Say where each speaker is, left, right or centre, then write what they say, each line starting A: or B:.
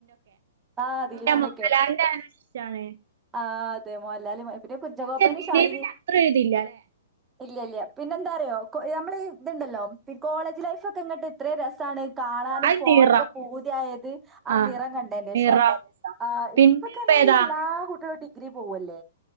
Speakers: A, on the right (about 15°); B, on the right (about 60°).
A: ആ
B: പിന്നമ്മക്ക്
A: ദിലീപിന്റെ
B: <unintelligible>
A: ആഹ് അതേ മാ ല്ലാലും പിന്നെ കുഞ്ചാക്കോപനും
B: ദിലീപിന്റെ
A: ശാലിനീം
B: അത്ര ഒരിതില്ല അല്ലെ
A: ഇല്ല ഇല്ല പിന്നെ എന്താറിയോ കൊ നമ്മള് ഈ ഇതിണ്ടല്ലോ കോളേജ് ലൈഫ് ഒക്കെ ഇങ്ങട്ട് ഇത്ര രസാണ് കാണാനും
B: അത്
A: പോകാനൊക്കെ
B: നിറം
A: പൂതിയായത് ആ
B: ആഹ്
A: നിറം കണ്ടി
B: നിറം
A: <unintelligible> അഹ്
B: പിന്നെ
A: ഇപ്പ തന്നെല്ല
B: ഏതാ
A: എല്ലാ കുട്ടികളും ഡി <unintelligible> പൂവല്ലേ